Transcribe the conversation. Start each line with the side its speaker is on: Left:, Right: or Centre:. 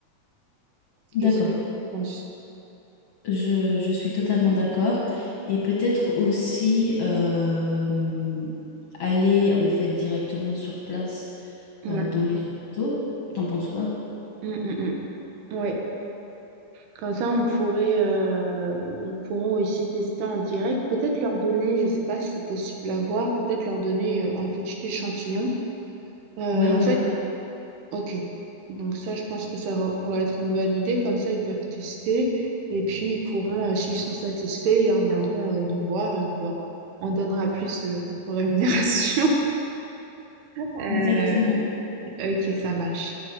Left: D'accord,
Right: Qu'est-ce que tu en penses?
Left: je, je suis totalement d'accord. Et peut-être aussi euh, aller en fait directement sur place
Right: Ouais.
Left: euh, dans les hôpitaux. T'en penses quoi?
Right: Mm, mm, mm. Ouais. Comme ça, on pourrait, euh, ils pourront aussi tester en direct. Peut-être leur donner, je sais pas si c'est possible à voir, peut-être leur donner euh, un petit échantillon. Euh,
Left: Ouais, voilà,
Right: en fait, ok. Donc ça, je pense que ça re- pourrait être une bonne idée. Comme ça, ils peuvent tester et puis ils pourront, euh, s'ils sont satisfaits, ils reviendront euh, nous voir. euh, On leur en- on donnera plus euh, contre rémunération. <laughs> Euh,
Left: exactement.
Right: ok, ça marche.